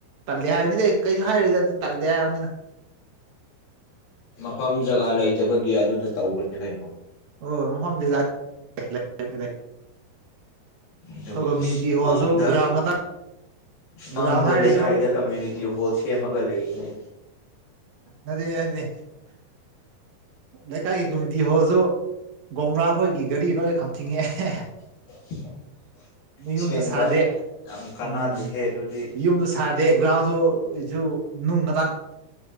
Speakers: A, on the right; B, on the left.
A: ꯇꯜꯂꯦ ꯍꯥꯏꯕꯅꯤꯗꯤ ꯑꯩ ꯀꯩꯁꯨ ꯍꯥꯏꯔꯣꯏꯗ ꯑꯗꯨꯗꯤ ꯇꯜꯂꯦ ꯍꯥꯏꯕꯅꯤꯅ꯫
B: ꯃꯐꯝ ꯖꯒꯥ ꯂꯩꯇꯕꯒꯤ ꯑꯗꯨꯗ ꯇꯧꯕꯅꯦ ꯀꯩꯅꯣ꯫
A: ꯑꯣ ꯃꯐꯝꯗꯤ <inaudible>
B: ꯑꯗꯨꯒꯤ
A: ꯀꯝꯃ꯭ꯌꯨꯅꯤꯇꯤ
B: ꯑꯁ
A: ꯍꯣꯜꯁꯨ
B: ꯃꯪꯗ
A: ꯒ꯭ꯔꯥꯎꯟ ꯉꯥꯛꯇ
B: ꯃꯪꯗ
A: ꯒ꯭ꯔꯥꯎꯟ ꯍꯥꯏꯔꯁꯨ
B: ꯂꯩꯀꯥꯏꯗ ꯀꯝꯃ꯭ꯌꯨꯅꯤꯇꯤ ꯇꯤꯍꯣꯜ ꯁꯦꯝꯃꯒ ꯂꯩꯌꯦꯅꯦ꯫
A: ꯅꯗꯦ ꯅꯗꯦ <inaudible> ꯂꯩꯀꯥꯏꯒꯤ ꯀꯝꯃꯨꯅꯤꯇꯤ ꯍꯣꯜꯁꯨ ꯒꯣꯕ꯭ꯔꯥ ꯈꯈꯣꯏꯒꯤ ꯒꯥꯔꯤ ꯅꯣꯏ ꯈꯝ ꯊꯤꯡꯉꯦ ꯍꯦ ꯍꯦ꯫
B: <unintelligible>
A: ꯃꯌꯨꯝꯁꯨ
B: ꯁꯦꯡꯕ
A: ꯁꯥꯗꯦ
B: ꯌꯥꯝ ꯀꯥꯟꯅꯗꯦꯍꯦ
A: ꯎꯝ
B: ꯑꯗꯨꯗꯤ
A: ꯌꯨꯝꯁꯨ ꯁꯥꯗꯦ꯫ ꯒ꯭ꯔꯥꯎꯁꯨ ꯑꯩꯁꯨ ꯅꯨꯡ ꯉꯥꯛꯇ꯫